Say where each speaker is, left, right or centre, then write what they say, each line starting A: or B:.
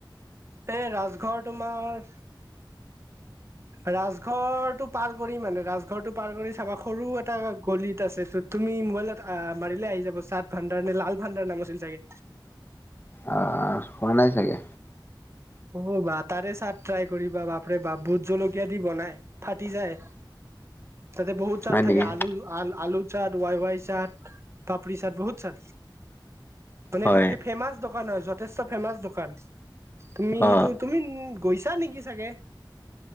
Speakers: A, on the right; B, on the left.
A: এই, ৰাজঘৰ তোমাৰ? ৰাজঘৰটো পাৰ কৰি মানে, ৰাজঘৰ টো পাৰ কৰি চাবা সৰু এটা গলিত আছে ত তুমি মোবাইলত আহ, মাৰিলে আহি যাব। চাট ভাণ্ডাৰ নে, লাল ভাণ্ডাৰ নাম আছিল চাগে।
B: অ, হোৱা নাই চাগে।
A: হ'ব বা তাৰে চাট ট্ৰাই কৰিবা, বাপৰে বাপ ভুট জলকীয়া দি বনাই, ফাটি যায়। তাতে বহুত চাট
B: হয়
A: থাকে,
B: নেকি
A: আলু আল আলু চাট ৱাই, ৱাই চাট, পাপৰি চাট, বহুত চাট মানে
B: হয়
A: এইটো ফে-ফেমাচ। দোকান হয়, যথেষ্ট ফেমাচ দোকান। তুমি,
B: অ
A: তুমি গৈছা নেকি চাগে।